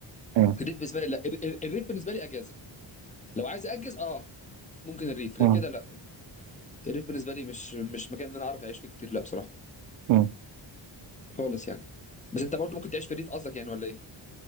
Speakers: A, on the right; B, on the left.
A: مم.
B: الريف بالنسبه لي لا ال- ال- الريف بالنسبه لي اجازه لو عايز اجز اه ممكن الريف
A: مم.
B: غير كده لا الريف بالنسبه لي مش مش مكان ان انا اعرف اعيش فيه كتير لا بصراحه
A: مم.
B: خالص يعني بس انت برضو ممكن تعيش في الريف قصدك يعني ولا ايه؟